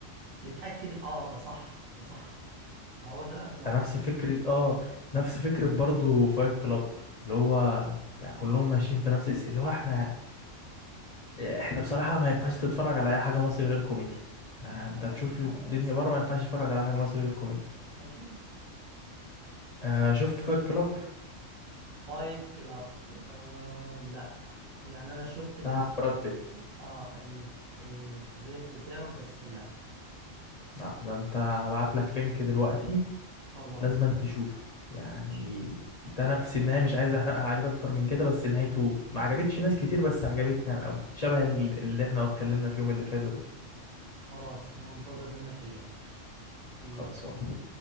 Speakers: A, on the right; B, on the left.
A: تتأكد اه ده صح ده صح فهو لا ما
B: ده نفس فكرة اه نفس فكرة برضه فايت كلاب اللي هو يعني كلهم ماشيين في نفس الس- اللي هو احنا احنا بصراحة ما ينفعش تتفرج على اي حاجة مصري غير كوميديا آه،
A: لا
B: انت تشوف
A: ما
B: الدنيا
A: انا بس
B: بره ما ينفعش تتفرج على حاجة مصري غير كوميديا
A: اكيد
B: آه، شفت فايت كلاب
A: فايت كلاب آه لا يعني انا شفت ال...
B: بتاع براد بيت
A: اه ال... التريل بتاعه بس لا
B: لا ده انت هبعت لك لينك دلوقتي
A: خلاص
B: لازم أن تشوفه يعني
A: ماشي
B: ده نفس النهاية مش عايز احرقها عليك اكتر من كده بس نهايته ما عجبتش ناس كتير بس عجبتني انا قوي شبه ال- اللي احنا اتكلمنا فيهم اللي فاتوا دول
A: خلاص منتظر منك اللينك يلا
B: خلصان